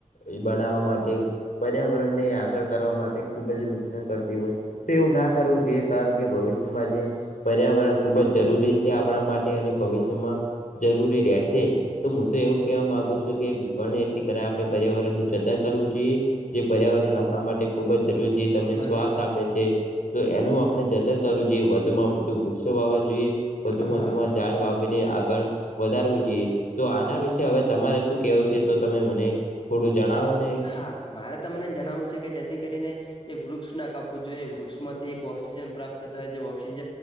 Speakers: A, on the left; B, on the left.
A: એ બનાવવા માટે પર્યાવરણને આગળ કરવા માટે ખુબ જ નુકસાન કરતી હોય તે એવું ના કરવું જે કારણ કે ભવિષ્યમાં જે પર્યાવરણ ખૂબ જ જરૂરી છે આપણા માટે અને ભવિષ્યમાં જરૂરી રહેશે તો હું તો એવું કહેવા માંગુ છું કે એટલી કર આપણે પર્યાવરણ નું જતન કરવું જોઈએ જે પર્યાવરણ આપણા માટે ખુબ જ જરૂરી છે તમને
B: બરોબર
A: શ્વાસ આપે છે તો એનું આપણે જતન કરવું જોઈએ વધુમાં વધુ વૃક્ષો વાવા જોઈએ વધુમાં
B: હા
A: વધુ માં
B: હા
A: ઝાડ વાવીીને આગળ વધારવું જોઈએ તો આના વિશે હવે તમારે શું કેવું છે તો તમે મને થોડું જણાવો ને
B: હા મારે તમને જણાવવું છે કે જેથી કરીને એક વૃક્ષ ના ક આપપવું જોઈએ વૃક્ષ માંથી એક ઓક્સિજન પ્રાપ્ત થાય છે ઓક્સિજન